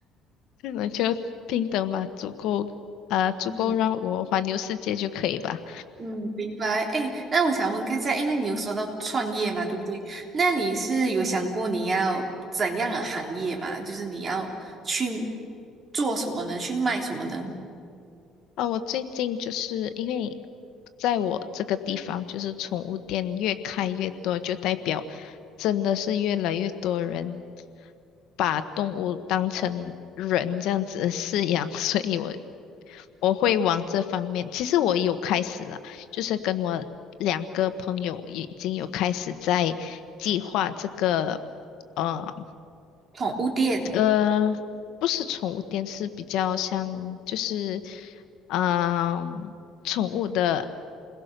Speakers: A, on the left (about 70°); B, on the right (about 30°).
A: 可能就平等吧，足够，啊，足够让我环游世界就可以吧。
B: 嗯嗯，明白。哎，那我想问看一下，因为你有说到创业嘛，对不对？那你是有想过你要怎样的行业嘛？就是你要去做什么呢？去卖什么呢？
A: 啊，我最近就是因为在我这个地方，就是宠物店越开越多，就代表真的是越来越多人把动物当成人这样子饲养，<laughs> 所以我我会往这方面。其实我有开始了，就是跟我两个朋友已经有开始在计划这个。呃
B: 宠物店
A: 呃，不是宠物店，是比较像就是，嗯、宠物的